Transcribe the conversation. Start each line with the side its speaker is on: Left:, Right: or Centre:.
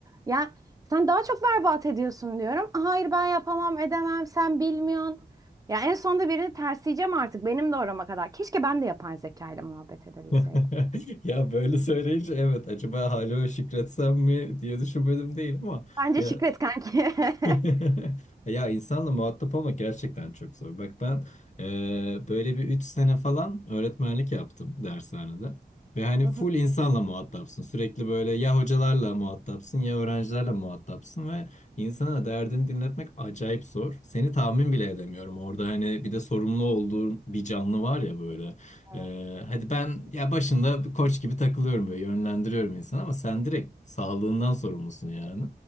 Right: Ya sen daha çok berbat ediyorsun diyorum. Hayır ben yapamam edemem sen bilmiyorsun. Ya en sonunda birini tersleyeceğim artık benim de orama kadar. Keşke ben de yapay zeka ile muhabbet edebilseydim.
Left: <laughs> Ya böyle söyleyince evet acaba hala şükretsem mi diye düşünmedim değil ama
Right: Bence
Left: ya
Right: şükret kanki.
Left: <laughs>
Right: <laughs>
Left: Ya insanla muhatap olmak gerçekten çok zor. Bak ben e, böyle bir 3 sene falan öğretmenlik yaptım dershanede. Ve hani
Right: Hı
Left: full
Right: hı.
Left: insanla muhatapsın. Sürekli böyle ya hocalarla muhatapsın ya öğrencilerle muhatapsın ve insana derdini dinletmek acayip zor. Seni tahmin bile edemiyorum. Orada hani bir de sorumlu olduğun bir canlı var ya böyle. E,
Right: Evet.
Left: hadi ben ya başında bir koç gibi takılıyorum böyle yönlendiriyorum insanı ama sen direkt sağlığından sorumlusun yani.